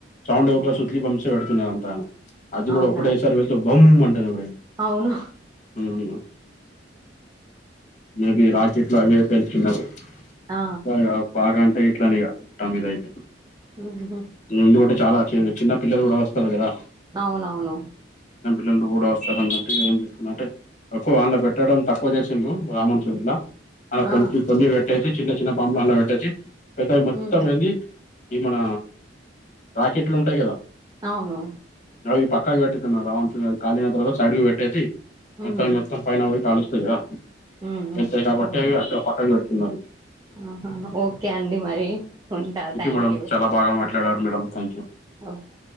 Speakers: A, on the left (about 40°); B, on the right (about 20°).
A: సౌండ్ ఒక
B: ఉహు,
A: సుత్లీ బంప్సే పెడుతున్నారు అంతనగ్ అది
B: అవునా
A: కూడా ఒకటేసారి వెళ్తే బమ్ అంటది ఎప్
B: అవును
A: మ్ మేబీ రాకెట్ లగే పెల్చుతున్నాయి
B: ఆ
A: సగ్ బాగా అంటే ఇట్లానే ఇగ తమ్మిదయితే
B: మ్ హు హు
A: మ్ ఎందుకంటే చాలా చి చిన్న పిల్లలు కూడా వస్తారు కదా
B: అవునవును
A: చిన్న పిల్లలు కూడా వస్తారు అన్నట్టుగా ఏం చేస్తు అంటే ఎక్కువ ఆన్ లో పెట్టడం తక్కువ చేసిళ్ళు రామన్ సూంలా అలా కొన్ని
B: ఆ
A: కొన్ని పెట్టేసి చిన్న చిన్న బంలల్లో పెట్టేసి లేద మొత్తం
B: ఉమ్
A: అది ఈ మన రాకెట్లు ఉంటాయి కదా
B: అవును
A: నవ పక్కా పెట్టటివ్ రా చ కళిన త సైడ్గు పెట్టేసి మత్తా
B: ఉమ్
A: మ మొత్తం పైన అవి కాలుస్తాయి కదా
B: ఉమ్
A: వెళ్తాయి కాబట్టి
B: ఓ,
A: అవి అక్కడ పక్కకు పెడుతున్నారు
B: ఆహా ఓకే అండి మరి ఉంటారు థ్యాంక్
A: మేడం
B: యూ
A: చాలా బాగా మాట్లాడారు
B: ఓకే
A: మేడం థ్యాంక్ యూ
B: ఓకే